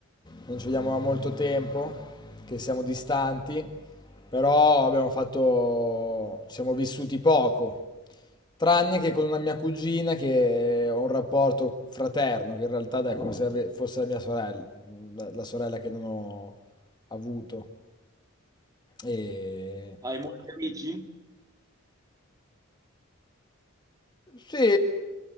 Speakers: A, on the left (about 20°); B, on the right (about 15°).
A: non ci vediamo da molto tempo, che siamo distanti, però abbiamo fatto, ci siamo vissuti poco, tranne che con una mia cugina che ho un rapporto fraterno, che in realtà è come se ave- fosse la mia sorella, la la sorella che non ho avuto. E...
B: Hai molti amici?
A: Sì,